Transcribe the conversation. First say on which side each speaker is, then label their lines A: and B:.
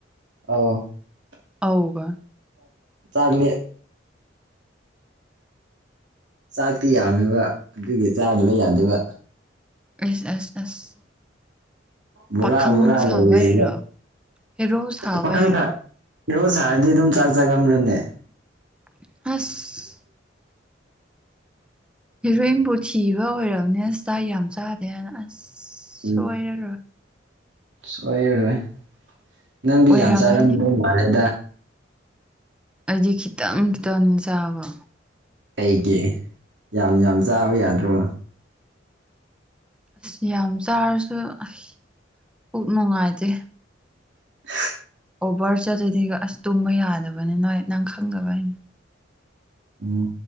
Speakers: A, on the right; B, in the centre.
A: ꯑ <unintelligible> <inaudible>
B: ꯑꯥꯎꯕ
A: ꯆꯥꯒꯂ ꯆꯥꯛꯇꯤ ꯌꯥꯝꯃꯤꯕ ꯑꯗꯨꯒꯤ ꯆꯥꯗꯕ ꯌꯥꯗꯕ
B: ꯑꯁ ꯑꯁ ꯑꯁ
A: ꯕꯔꯥ
B: ꯄꯥꯈꯪ
A: ꯕꯨꯔꯥ
B: ꯁꯥꯕꯩꯔꯣ
A: ꯂꯩ
B: ꯍꯦꯔꯣ ꯁꯥꯕꯩꯔꯣ
A: ꯄꯈꯪ ꯈ ꯍꯤꯔꯣ ꯁꯥꯔꯗꯤ ꯑꯗꯨꯝ ꯆꯥꯛ ꯆꯥꯒ꯭ꯔꯅꯦ
B: ꯑꯁ ꯍꯦꯔꯣꯏꯟꯕꯨ ꯊꯤꯕ ꯑꯣꯏꯔꯕꯝꯅꯦ ꯆꯥꯛ ꯌꯥꯝ ꯆꯥꯗꯦꯅ ꯑꯁ
A: ꯎꯝ
B: ꯁꯣꯏꯔꯔꯣꯏ
A: ꯁꯣꯏꯔꯔꯣꯏ ꯅꯪꯗꯤ
B: ꯑꯣꯏꯔꯝꯃꯅꯤ
A: ꯌꯥꯝ ꯆꯥꯔꯝꯗꯣꯏ ꯃꯥꯜꯂꯦꯗ
B: ꯑꯩꯗꯤ ꯈꯤꯇꯪ ꯈꯤꯇꯪꯅꯦ ꯆꯥꯕ
A: ꯑꯩꯒꯤ ꯌꯥꯝ ꯌꯥꯝ ꯆꯥꯕ ꯌꯥꯗ꯭ꯔꯣ
B: ꯑꯁ ꯌꯥꯝ ꯆꯥꯔꯁꯨ ꯑ ꯄꯨꯛ ꯅꯨꯡꯉꯥꯏꯇꯦ
A: <unintelligible> <inaudible>
B: ꯑꯣꯕꯔ ꯆꯠꯂꯨꯗꯤꯒ ꯑꯁ ꯇꯨꯝꯕ ꯌꯥꯗꯕꯅꯤ ꯅꯣꯏ ꯅꯪ ꯈꯪꯗꯕ ꯍꯥꯏꯩꯅ
A: ꯎꯝ